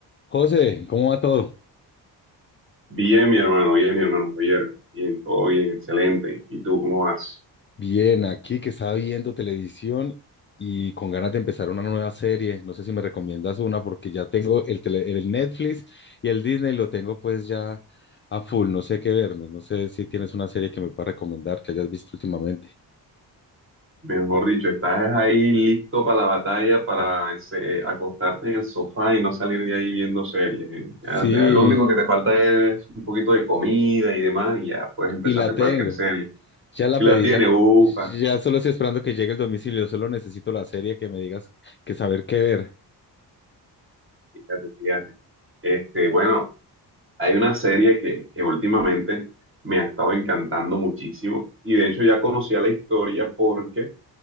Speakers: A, on the left (about 30°); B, on the right (about 30°).
A: José, ¿cómo va todo?
B: Bien, mi hermano, bien, mi hermano Javier. Bien, todo bien, excelente. ¿Y tú cómo vas?
A: Bien, aquí que estaba viendo televisión y con ganas de empezar una nueva serie. No sé si me recomiendas una porque ya tengo el, tele- el Netflix y el Disney lo tengo pues ya a full. No sé qué verme. No sé si tienes una serie que me pueda recomendar que hayas visto últimamente.
B: Mejor dicho, ¿estás ahí listo para la batalla, para ese- acostarte en el sofá y no salir de ahí viendo series? eh?
A: Sí,
B: Ya- ya lo único que te falta es un poquito de comida y demás, y ya puedes empezarte
A: y la tengo.
B: cualquier serie.
A: Ya la
B: Y
A: pedí,
B: la tiene,
A: ya,
B: upa,
A: ya solo estoy esperando que llegue el domicilio. Solo necesito la serie que me digas que saber qué ver.
B: fíjate, fíjate. Este, bueno, hay una serie que, que últimamente me ha estado encantando muchísimo, y de hecho ya conocía la historia porque